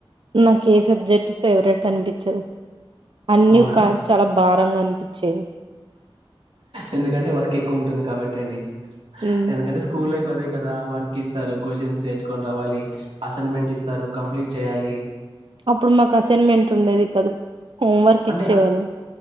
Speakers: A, on the right (about 65°); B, on the right (about 85°).
A: నాకు ఏ సబ్జెక్ట్ ఫేవరెట్ అనిపించంది చె <unintelligible> అన్నీ
B: అవునా
A: కా చాలా భారంగా అనిపించేవి
B: ఎందుకంటే వర్క్ ఎక్కువ ఉంటుంది కాబట్టి అండి
A: హ్మ్.
B: ఎందుకంటే స్కూల్ లైఫ్ అదే కదా వర్క్ ఇస్తారు క్వశ్చన్స్ నేర్చుకొని రావాలి అసైన్మెంట్ ఇస్తారు కంప్లీట్ చేయాలి
A: అప్పుడు మాకు అసైన్మెంట్ ఉండేది కాదు హోంవర్క్
B: అంటే
A: ఇచ్చేవాళ్ళు